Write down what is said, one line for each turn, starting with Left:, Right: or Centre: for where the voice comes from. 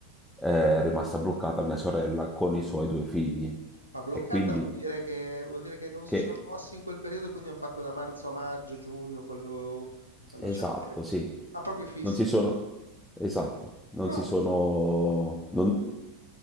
Centre: è rimasta bloccata mia sorella con i suoi 2 figli.
Left: Ma bloccata
Centre: E quindi
Left: vuol dire che, vuol dire che non si
Centre: che
Left: sono mossi in quel periodo e quindi hanno fatto da marzo a maggio, giugno, quando, quando
Centre: Esatto,
Left: c'erano poi...
Centre: sì.
Left: Ah, proprio fissi.
Centre: Non si sono, esatto, non
Left: Ah,
Centre: si sono, non-